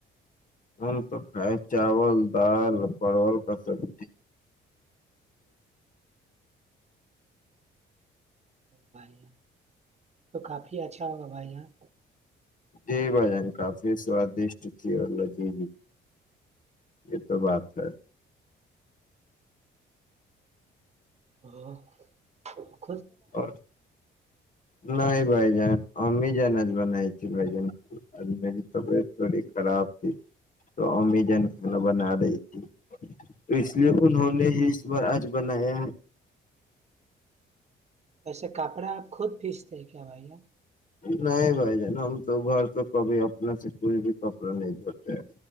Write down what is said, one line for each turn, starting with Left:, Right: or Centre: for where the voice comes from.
Left: ہم تو کھائیں چاول دال پرول کا سبزی
Right: بھائی یہاں تو کافی اچھا ہوگا بھائی یہاں
Left: جی بھجان کافی سوادشٹ تھی اللہی یہ تو بات ہے
Right: ہاں
Left: اور نہیں بھائی جان امیجان آج بنائی تھی بھ جن آج میری طبیعت تھوڑی خراب تھی تو امیجان کھانا بنا رہی تھی تو اس لیے انہوں نے ہی اس بار آج بنایا ہے
Right: ویسے کپڑے آپ خود پیستے ہیں کیا بھیا
Left: نہیں بھائی جان ہم تو گھر تو کبھی اپنے سے کوئی بھی کپڑا نہیں دھوتے ہیں